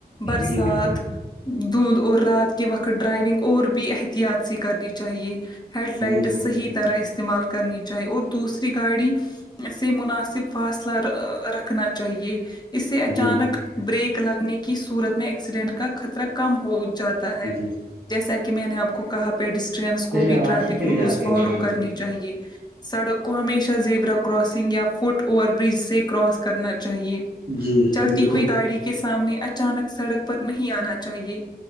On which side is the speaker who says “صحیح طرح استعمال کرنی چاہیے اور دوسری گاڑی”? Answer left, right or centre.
Left